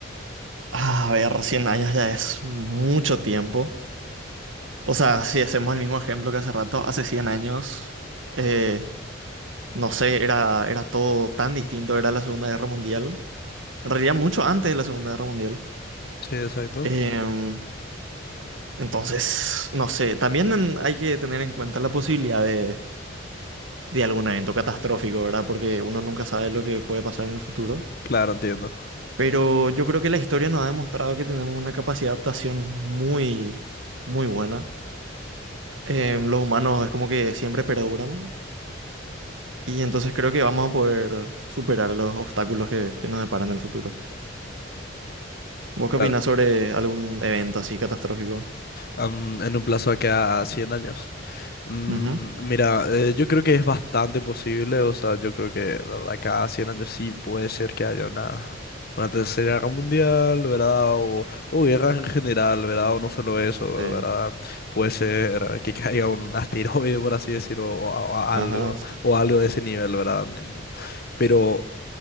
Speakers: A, on the right; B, on the left.
A: Ah, A ver, 100 años ya es mucho tiempo. O sea, si hacemos el mismo ejemplo que hace rato, hace 100 años, eh, no sé, era, era todo tan distinto, era la Segunda Guerra Mundial. En realidad, mucho antes de la Segunda Guerra Mundial.
B: Sí, exacto.
A: Em, entonces, no sé, también en- hay que tener en cuenta la posibilidad de, de algún evento catastrófico, ¿verdad? Porque uno nunca sabe lo que puede pasar en el futuro.
B: Claro, entiendo.
A: Pero yo creo que la historia nos ha demostrado que tenemos una capacidad de adaptación muy, muy buena. eh, los humanos es como que siempre perduran y entonces creo que vamos a poder superar los obstáculos que, que nos deparan en el futuro. ¿Vos qué
B: Claro.
A: opinás sobre algún evento así catastrófico?
B: Am, en un plazo de que a 100 años. Mm,
A: Ujú.
B: Mira, eh, yo creo que es bastante posible, o sea, yo creo que de acá a 100 años sí puede ser que haya una, una tercera guerra mundial, ¿verdad? O, o guerras en general, ¿verdad? O no solo eso,
A: Sí.
B: ¿verdad? Puede ser que caiga un asteroide, por así decirlo, o, o a-
A: Ajá.
B: algo,
A: sí.
B: o algo de ese nivel, ¿verdad? Mm, Pero